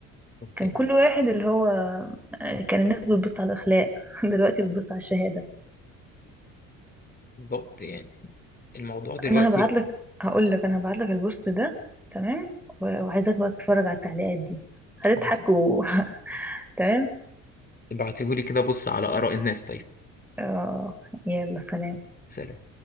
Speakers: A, on the left; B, in the centre.
A: كنت-
B: كان
A: يعني
B: كل واحد اللي هو آه، كان الناس بتبص على الأخلاق <laughs> دلوقتي بتبص على الشهادة
A: بالظبط يعني الموضوع دلوقتي
B: أنا هبعت لك هقول لك أنا هبعت لك البوست ده تمام و- وعايزاك بقى تتفرج على التعليقات دي هتضحك
A: خلاص
B: و... <laughs> تمام
A: ابعتيهولي كده بص على آراء الناس طيب
B: آه يلا سلام
A: سلام